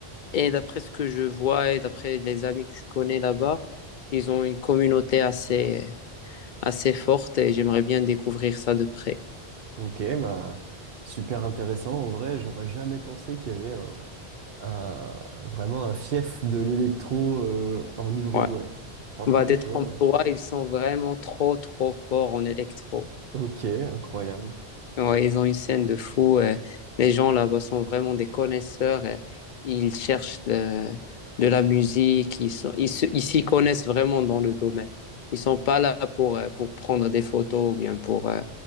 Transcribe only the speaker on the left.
Et d'après ce que je vois et d'après les amis que je connais là-bas, ils ont une communauté assez, assez forte et j'aimerais bien découvrir ça de près.
Ouais.
Bah, d'être
en toi, ils sont vraiment trop, trop forts en électro.
Ouais, ils ont une scène de fou. euh, les gens là-bas sont vraiment des connaisseurs. euh, ils cherchent de, de la musique. Ils sont, ils se- ils s'y connaissent vraiment dans le domaine. Ils sont pas là pour, euh, pour prendre des photos ou bien pour, euh,